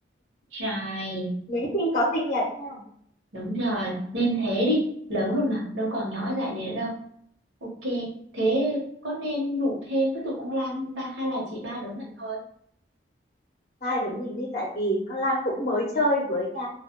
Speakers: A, on the right; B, on the left.
A: Rồi,
B: mấy khi có sinh nhật nha
A: đúng rồi, nên thế đi, lớn rồi mà, đâu còn
B: Ừ.
A: nhỏ dại này nữa đâu. Ok, thế có nên rủ thêm cái tụi con Lan không ta, hay là chỉ ba đứa mình thôi?
B: hai đứa mình đi tại vì con Lan cũng mới chơi với cả